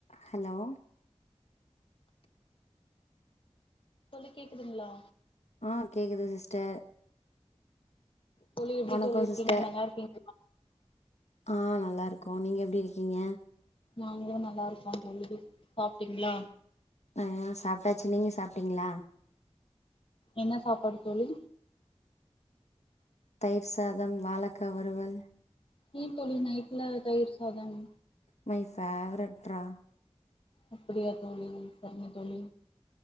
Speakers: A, on the left (about 80°); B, on the left (about 50°).
A: ஹலோ
B: தோழி கேக்குதுங்ளா
A: ஆ கேக்குது சிஸ்டர்
B: தோழி எப்டி
A: வணக்கோ
B: தோழி இருக்கீங்க
A: சிஸ்டர்
B: நல்லா இருக்கீங்
A: ஆ நல்லா இருக்கோ நீங்க எப்டி இருக்கீங்க
B: நாங்களு நல்லா இருக்கோ தோழி சாப்டீங்ளா
A: உ சாப்ட்டாச்சு நீங்க சாப்டீங்ளா
B: என்ன சாப்பாடு தோழி
A: தயிர் சாதம் வாளக்கா வறுவல்
B: ஏ தோழி நைட்ல தயிர் சாதம்
A: மை ஃபேவரட் ரா
B: அப்டியா தோழி செரிங்க தோழி